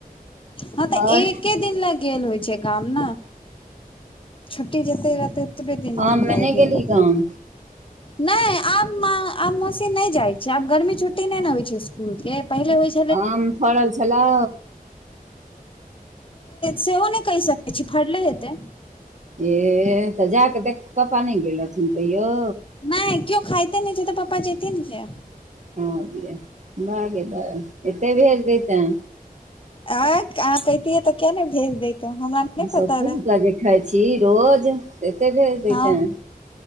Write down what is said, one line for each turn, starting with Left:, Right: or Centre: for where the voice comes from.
Left: हँ तऽ
Right: आओर
Left: एके दिन लऽ गेल होइ छै गाम ने। छुटी जेत रहते ओतबे दिन
Right: आममे
Left: लाय
Right: नहि
Left: जेबै
Right: गेलही
Left: ने।
Right: गाम
Left: नै आब आब माॅं, मौसी नै जाइ छैयै। आब गर्मी छुट्टी नै ने होइ छै इसकुल के पहिले होइ छै
Right: आम फड़ल छलौ?
Left: सेहो नै कहि सकै छी, फड़ले हेतै।
Right: ए तऽ जााकऽ देख, पप्पा नै गेल लथुन कहियौ?
Left: नै केओ खाइते नहि छै तऽ पप्पा जेथिन किया।
Right: भऽ गेलै बाह गै दाय, एते भेज दैतैं‌।
Left: एह आहां कहतियै तऽ किया नै भेज देैतौं, हमरा नै
Right: सब
Left: पता
Right: चीज
Left: रहे।
Right: के जे खाइ छी रोज एते भेज दैतैं।
Left: हँ